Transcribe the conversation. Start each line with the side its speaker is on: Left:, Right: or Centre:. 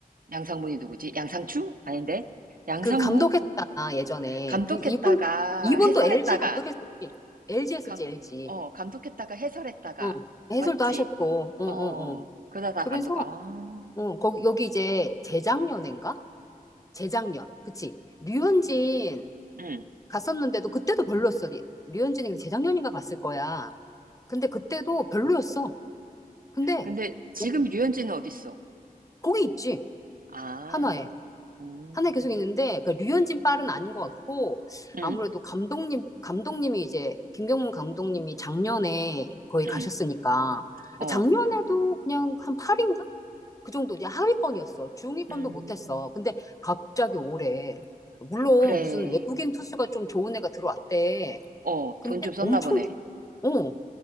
Right: 양상문이 누구지? 양상추? 아닌데? 양상문?
Left: 그 감독했잖아, 예전에.
Right: 감독했다가
Left: 그 이분 이분도
Right: 해설했다가
Left: LG 감독했었지. LG 했었지,
Right: 감,
Left: LG.
Right: 어, 감독했다가 해설했다가
Left: 응. 해설도
Right: 맞지?
Left: 하셨고. 응,
Right: 어,
Left: 응, 응.
Right: 그러다가
Left: 그래서
Right: 감독, 아,
Left: 응, 거기 여기 이제 재작년인가? 재작년. 그치. 류현진
Right: 응.
Left: 갔었는데도 그때도 별로였어. 리- 류현진이 재작년인가 갔을 거야. 근데 그때도 별로였어. 근데
Right: 근데 지금
Left: 어,
Right: 류현진은 어딨어?
Left: 거기 있지.
Right: 아,
Left: 한화에.
Right: 음,
Left: 한 해 계속 있는데 그러니까 류현진 빨은 아닌 것 같고
Right: 응,
Left: 아무래도 감독님 감독님이 이제 김경문 감독님이 작년에 거의
Right: 응,
Left: 가셨으니까
Right: 어.
Left: 작년에도 그냥 한 8인가? 그 정도 이제 하위권이었어. 중위권도
Right: 음.
Left: 못했어. 근데 갑자기 올해 물론
Right: 그래.
Left: 무슨 외국인 투수가 좀 좋은 애가 들어왔대.
Right: 어,
Left: 근데
Right: 돈 좀 썼나
Left: 엄청
Right: 보네.
Left: 잘- 어,